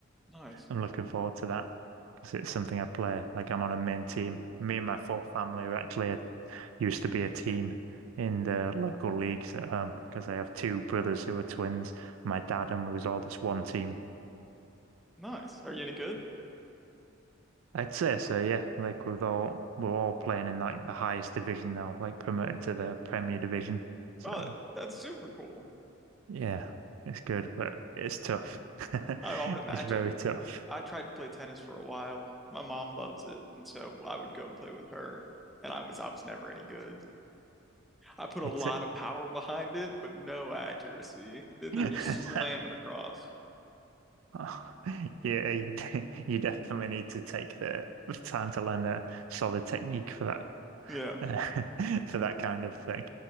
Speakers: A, in the centre; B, on the right.
A: Nice.
B: I'm looking forward to that because it's something I play. Like I'm on a main team. Me and my full family are actually a used to be a team in the local leagues um because I have two brothers who are twins. My dad and we was all this one team.
A: Nice. Are you any good?
B: I'd say so, yeah. Like we've all we're all playing in like the highest division now, like promoted to the Premier Division. So
A: Oh, that, that's super cool.
B: yeah, it's good, but it's tough. <laughs>
A: I, I would imagine.
B: It's very tough.
A: I tried to play tennis for a while. My mom loves it, and so I would go play with her. And I was I was never any good. I put a
B: It's
A: lot
B: a...
A: of power <laughs> behind it, but no accuracy. They're
B: <laughs>
A: just slamming across.
B: Oh, yeah, you, de- you definitely need to take the the time to learn a solid technique for that.
A: Yeah,
B: <laughs> for that kind of thing.